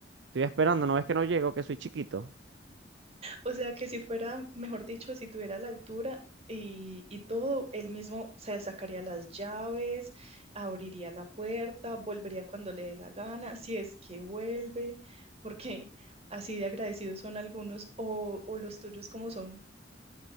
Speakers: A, on the right (about 70°); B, on the right (about 35°).
A: estoy esperando, no ves que no llego, que soy chiquito.
B: O sea, que si fuera, mejor dicho, si tuviera la altura y, y todo, él mismo se sacaría las llaves, abriría la puerta, volvería cuando le dé la gana, si es que vuelve, porque así de agradecidos son algunos o, o los tuyos como son.